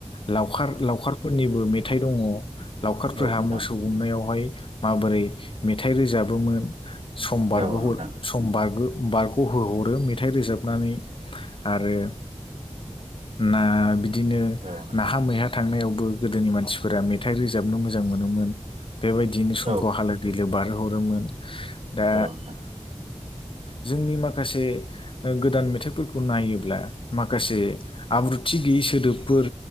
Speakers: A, on the left; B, on the right.
A: लावखार लावखारफोरनिबो मेथाइ दं लावखारफोरहा
B: औ नोंथां
A: मोसौ गुमनाय यावहाय माबोरै मेथाइ रोजाबोमोन समबारग'
B: औ नोंथां
A: समबारगो बारग' होहरो मेथाइ रोजाबनानै आरो ना बिदिनो
B: औ नोंथां
A: नाहा मैहा थांनाआव बो गोदोनि मानसिफोरा मेथाइ रोजाबनो मोजां मोनोमोन बेबायदियैनो समखौ
B: औ
A: हालो दैलो <inaudible> बारहरोमोन दा
B: औ नोंथां
A: जोंनि माखासे उम गोदान मेथाइफोरखौ नायोब्ला माखासे आब्रुथि गैयै सोदोबफोर